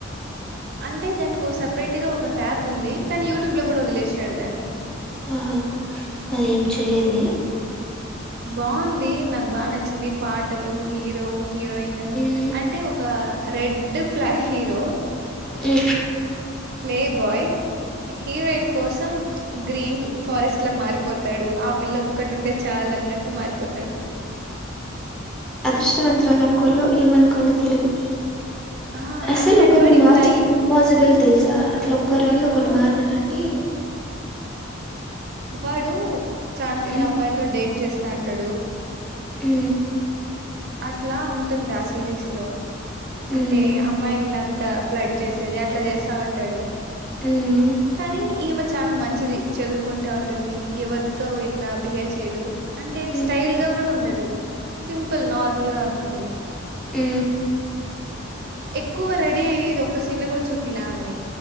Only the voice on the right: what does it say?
అంటే దానికి ఒక సపరేట్ గా ఒక ట్యాప్ ఉంది కానీ యూట్యూబ్ లో కూడా వదిలేసినాడు దాన్ని
బాగుంది నాకు బా నచ్చింది పాటలు హీరో హీరోయిన్
అంటే ఒక రెడ్ ఫ్లా హీరో
ప్లే బాయ్ హీరోయిన్ కోసం గ్రీన్ ఫారెస్ట్ లా మారిపోతాడు ఆ పిల్ల ఒక్కటి ఉంటే చాలు అన్నట్టు మారిపోతాడు
ఆ
అట్లాంటి
వాడు
ఇట్లా ఈ
ఆ
వాడు చాలా మంది
అమ్మాయిలతో డేట్ చేస్తా అంటాడు
అట్లా ఉంటుంది ఆ సిరీస్ లో
అంటే అమ్మాయిలు అంతా ఫ్లడ్ చేసేది అట్లా చేస్తా ఉంటాడు
కానీ ఈమె చాల మంచిది చదువుకుంటా ఉంటుంది ఎవరితో ఇట్లా బిహేవ్ చేయదు అంటే
స్టైల్ గా కూడా ఉండదు సింపుల్ నార్మల్ గా ఉంటుంది
ఎక్కువ రెడీ అయ్యేది ఒక్క సీన్ లో కూడా చూపిల ఆమెని